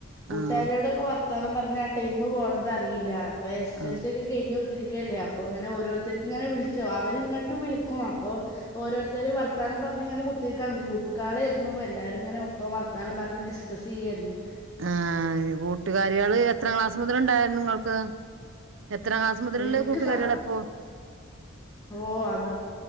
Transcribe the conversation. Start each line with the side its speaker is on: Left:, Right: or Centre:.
Left: കൂട്ടാരോടെക്കെ
Right: ആഹ്
Left: വർ ത്താനം പറഞ്ഞാ ടൈം പോണത് അറീല്ലാ പ്പ എസ്സ് എസ്സ്
Right: ആഹ്
Left: എൽ സ്യൊക്കെ കെഴിഞ്ഞ്കുത്തിരി ക്കല്ലേ അപ്പൊ ഇങ്ങനെ ഓരോര്ത്തര്ക്ക് ങ്ങനെ വിളിച്ചോ അവരിങ്ങോട്ടും വിളിക്കും അപ്പോ ഓരോര് ത്തര് വർത്താനം പർഞ്ഞിങ്ങനെ കുത്തിരിക്കാണ് ഗ്രൂപ്പ് കളേര് ന്നു. എല്ലാരുങ്ങനെ ഒപ്പം വർത്താനം പർഞ്ഞ് ഡിസ്കസെയ്യായിര്ന്നു
Right: ആ കൂട്ടുകാരികള് എത്ര ക്ലാസ് മുതല്ണ്ടായിരുന്നു ങ്ങൾക്ക് എത്രാം ക്ലാസ് മുതലുള്ള
Left: എനിക്ക്
Right: കൂട്ടുകാരികളാപ്പോ
Left: സത്യം ഓ അത്